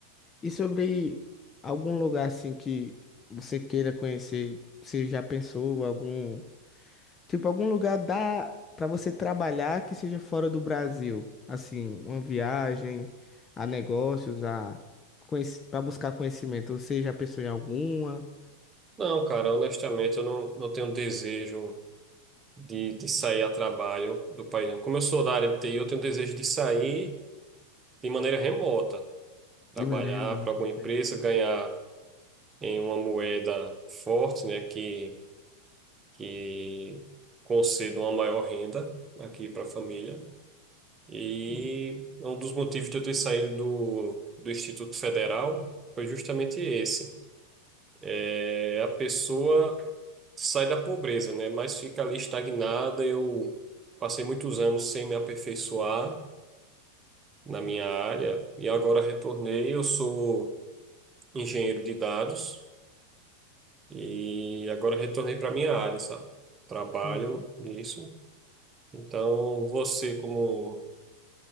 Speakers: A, on the left (about 20°); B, on the right (about 20°).
A: E sobre algum lugar assim que você queira conhecer, você já pensou algum, tipo algum lugar dá para você trabalhar que seja fora do Brasil, assim, uma viagem a negócios, a para buscar conhecimento. Você já pensou em alguma
B: Não, cara, honestamente, eu não, não tenho desejo de, de sair a trabalho do país. não. Como eu sou da área de TI, eu tenho desejo de sair de maneira remota. trabalhar
A: de maneira remota?
B: para alguma
A: entende?
B: empresa, ganhar em uma moeda forte, né, que, que conceda uma maior renda aqui para a família. E
A: Hum,
B: um dos motivos de eu ter saído do, do Instituto Federal foi justamente esse. É, a pessoa sai da pobreza, né, mas fica ali estagnada. Eu passei muitos anos sem me aperfeiçoar na minha área e agora retornei. Eu sou engenheiro de dados. E agora eu retornei para minha área, sabe? Trabalho
A: uhum.
B: nisso. Então, você, como,